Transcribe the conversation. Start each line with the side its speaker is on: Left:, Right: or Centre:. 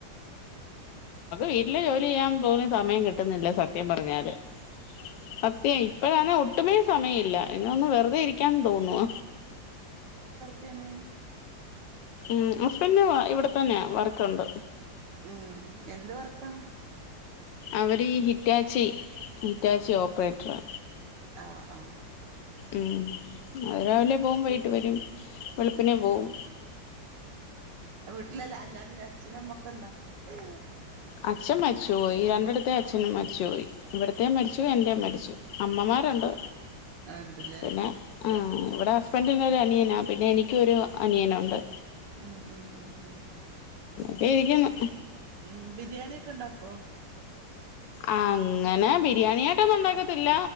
Left: വീട്ടിലെ ജോലി ചെയ്യാൻ തോന്നിയ സ മയം കിട്ടുന്നില്ല സത്യം പറഞ്ഞാല് സത്യാ ഇപ്പഴാണെ ഒ ട്ടുമേ സമയില്ല ഇന്നൊന്ന് വെറുതെ ഇരിക്കാൻ തോന്നുവ
Right: ലെമേ <unintelligible>
Left: മ് ഹസ്ബെന്റ് ഇവിടെ തന്നെയ വർക്കൊണ്ട്
Right: ഉം എന്ത് വർക്കാ
Left: അവർ ഹിറ്റാച്ചി ഹിറ്റാച്ചി ഓപ്പറേറ്ററാ
Right: ആ ആ
Left: ഉം അത് രാവിലെ പോവും വൈകീട്ട് വരും വെളുപ്പിനെ
Right: ഉം ഉം
Left: പോവും
Right: വീട്ടിലല്ല അല്ലാരും അച്ഛനും അമ്മൊക്കെണ്ടാക്കും
Left: അച്ഛൻ മരിച്ചുപോയി രണ്ടിടത്തെ അച്ഛനും മരിച്ചുപോയി ഇവിടത്തെ മരിച്ചു എന്റേം മരിച്ചു അമ്മമാരുണ്ട്
Right: ആഹ് ഇണ്ട്ല്ലേ
Left: പിന്നെ ഇവിടെ ഹസ്ബൻഡിന് അനിയനാ പിന്നെ എനിക്കൊരു അനിയനുണ്ട്
Right: ഉം ഉം ഉം ഉം ഉ
Left: ദേ ഇരിക്കുന്നു
Right: ഉം ബിരിയാണി ഒക്കെ ഇണ്ടാക്കോ
Left: ആ അങ്ങനെ ബിരിയാണിയിട്ടൊന്നും ഉണ്ടാക്കത്തില്ല